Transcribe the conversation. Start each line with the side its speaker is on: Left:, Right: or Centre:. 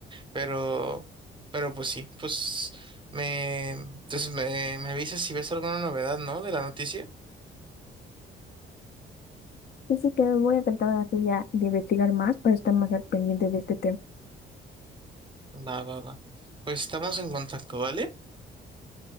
Right: Pero, pero pues sí, pues me, entonces me, me avisas si ves alguna novedad, ¿no? De la noticia.
Left: Así que voy a tratar así ya de investigar más para estar más al pendiente de este tema.
Right: Va, va, va. Pues estamos en contacto, ¿vale?